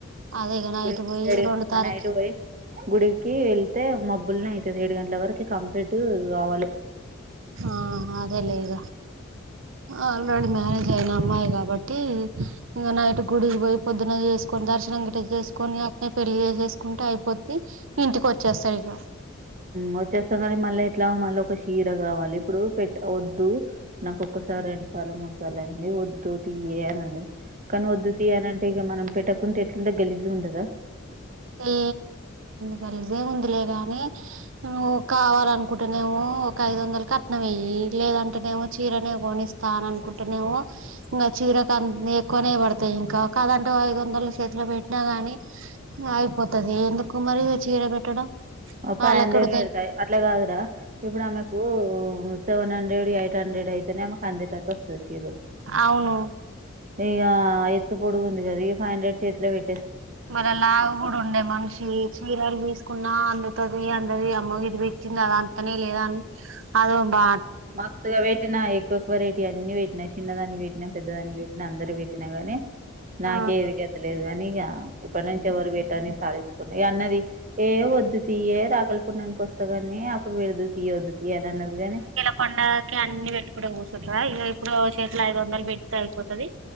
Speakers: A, on the right; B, on the right.
A: అదే ఇగ నైట్
B: గుడిడు
A: పోయి రెండు తారీఖు
B: అన్నా ఇడు పోయి గుడికి వెళ్తే మబ్బులనే అయితుంది ఏడు గంటల వరకు కంప్లీట్ కావాలి
A: ఆ అదేలే ఈగ ఆల్రెడీ మ్యారేజ్ అయిన అమ్మాయి కాబట్టి ట్టి ఇంకా నైట్ గుడికి పోయి పొద్దున చేసుకొని దర్శనం ఇ గిట చేసుకొని అక్కనే పెళ్లి చేేేసుకని ఉంటా అయిపోతే ఇంటికి వచ్చేస్తారు ఇక
B: వచ్చేస్తా కానీ మళ్ళా ఎట్లా మళ్ళీ ఒక చీర కావాలి ఇప్పుడు పెట్ట వద్దు నాకు ఒక్కసారి రెండు సార్లు మూడు సార్లు అయింది వద్దు తీయనండి కానీ వద్దు తీయనంటే ఇక మనం పెట్టకుంటే ఎట్లుంటే గలిజు ఉండదా
A: అ కలిసి ఉందిలే గాని నువ్వు కావాలనుకుంటేనేమ ఒక ఐదు వందలు కట్న ఏ లేదంటేనేమో చీరనే కొనిస్తాను అనుకుంటేనేమ ఇంకా చీరకు ఎక్కువ పనే పడతాయి ఇంకా కాదంటే ఐదు వందల చేతిలో పెట్టినా గాని అయిపోతుది ఎందుకు మరి చీర పెట్టడం
B: ఫైవ్
A: వాళ్ళకి
B: హండ్రెడ్
A: ఉడతాయి
B: పెడతాయి అట్లా కాదురా ఇప్పుడు ఆమెకు సెవెన్ హండ్రె హండ్రెడ్ ఎయిట్ హండ్రెడ్ అయితేనేకు అందేటట్టు వస్తుంది చీరోలు
A: అవును
B: ఇక ఎత్తు పొడుగు ఉంది కదా ఈ ఫైవ్ హండ్రెడ్ చేతిలో పెట్
A: మరి లావు కూడా ఉండేయి మనిషి చీరలు తీసుకున్నా అందు అది అంతది అమ్మ ఇది పెచ్చింది అద అంతనే లేదా అని అది బా
B: మస్తుగా పెట్టినా ఎక్కువ ఎకువ రైటీ అన్ని పెట్టి చిన్న దానికి పెట్టి పెద్ద దానికి పెట్టి అందరుూ పెట్టి పట్టినా గానీ నాక
A: ఆ
B: ఏది గత లేదు కాగానీ ఇక ఇప్పటి నుంచి ఎవరు వేటాని సాాలించుకుని అన్నది ఏ వద్దుది ఏ రాకలిపుండానికి వస్తా కాడి ఏ అప్పుడు పెడదు తీయ వద్దు తీయ అన్నదుగానే
A: పండకి అన్ని పెట్టుకు కూర్చుంటార ఇక ఇప్పుడు చేతుల ఐదు వందలు పెడితే అయిపోతుది